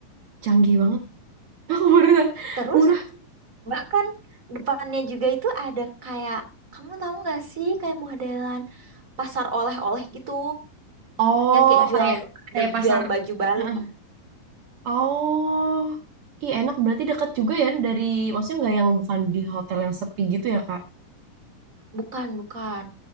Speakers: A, on the right; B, on the right.
A: Canggih banget. <laughs> Aku baru tahu.
B: terus
A: murah
B: bahkan depannya juga itu ada kayak kamu tahu nggak sih kayak modelan pasar oleh-oleh gitu
A: Oh,
B: yang kayak jual
A: kayak kayak
B: ada
A: pasar.
B: jual baju Bali
A: Heeh. Oh, iya enak berarti dekat juga ya dari maksudnya nggak yang bukan di hotel yang sepi gitu ya Kak?
B: bukan bukan